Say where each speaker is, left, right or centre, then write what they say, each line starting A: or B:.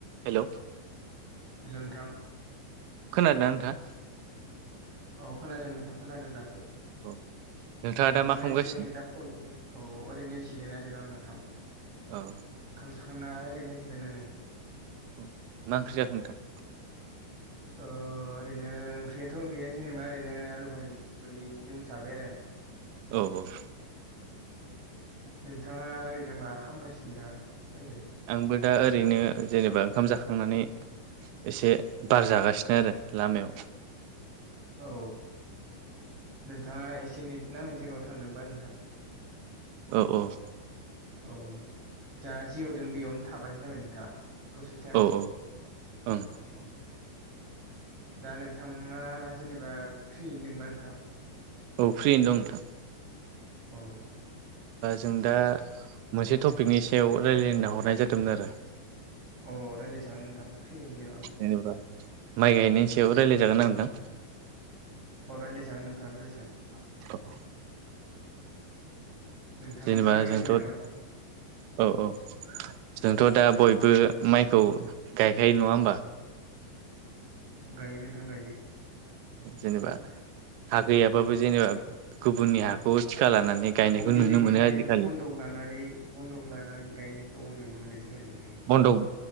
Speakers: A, on the right; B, on the right.
A: Hello
B: hello नोंथां।
A: खोनादोंना नोंथाङा?
B: औ खोनादों नोंथां खोनादों दासो
A: औ नोंथाङा
B: नोंथांना
A: दा मा खालामगासिनो
B: एसे नेदा फब्लेम औ ओरैनो जिरायनादों आं नोंथां।
A: ओ।
B: खाम जाखांना ओरैनो जिरायना दों।
A: औ, मा ओंख्रि जाखो नोंथां?
B: ओ ओरैनो ओंख्रियाथ' गैया जेनेबा ओरैनो आलु भाजि बेफोर बायदि जों जाबाय आरो आं।
A: औ औ।
B: नोंथाङा ओरैनो मा खामगासिनो दा सान्दै?
A: आंबो दा ओरैनो जेनेबा ओंखाम जाखांनानै एसे बार जागासिनो आरो लामायाव।
B: औ नोंथाङा एसे नेट नांनाय जायगायाव थांदोंबा नोंथां?
A: औ औ।
B: औ दा जिआवदों बेयावनो थाबानो जाबाय नोंथाङा। दसे टाइम
A: औ औ ओं
B: औ। दा नोंथाङा जेनेबा फ्रियैनो दोंबा नोंथां।
A: औ फ्रियनो दं नोंथां।
B: अ
A: जों दा मोनसे टपिकनि सायाव रायलायना हरनाय जादोंमोन आरो।
B: अ रायज्लायखागोन नोंथां फ्रि होनदों आं।
A: ऐ नुब्रा माइ गायनायनि सायाव रायज्लायजागोन नोंथां?
B: अ रायलाय जागोन नोंथां रायलायजागोन।
A: औ
B: नोंथाङा
A: जेनेबा
B: जागायग्रोदो
A: जोंथ'
B: नामा
A: औ औ जोंथ' दा
B: दे
A: बयबो माइखौ गायखायो नङा होमबा?
B: गायो नोंथां गायो।
A: जेनेबा हा गैयाबाबो जेनेबा गुबुननि हाखौ थिखाा लानानै गायनायखौ
B: बेलेगनिफ्राय
A: नुनो मोनो आजिखालि
B: बन्दक लानानै बन्दक लानानै गायनायखौ नुनो मोनो जोङो नुयो।
A: बन्दब